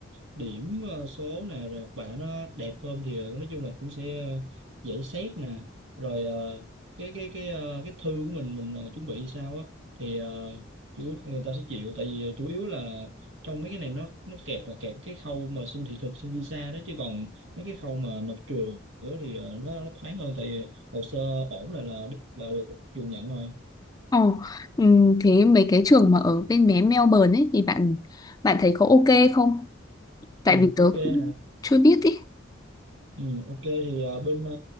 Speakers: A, on the right (about 75°); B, on the left (about 20°).
A: điểm ờ, số nè rồi học bạ nó đẹp hơn thì ờ, nói chung là cũng sẽ ờ, dễ xét nè rồi ờ, cái cái cái ờ, cái thư của mình mình ờ, chuẩn bị thì sao á thì ờ, chủ, người ta sẽ chịu tại vì ờ, chủ yếu là trong mấy cái này nó nó kẹt là kẹt cái khâu mà xin thị thực xin visa đó chứ còn mấy cái khâu mà nộp trường nữa thì ờ, nó nó thoáng hơn tại vì hồ sơ ổn là là là được trường nhận rồi
B: Ồ, ừm, thế mấy cái trường mà ở bên mé Melbourne ấy thì bạn bạn thấy có ok không? Tại
A: ừ,
B: vì
A: ok
B: tớ
A: nè
B: cũng chưa biết ý.
A: Ừ, ok thì ờ, bên ờ,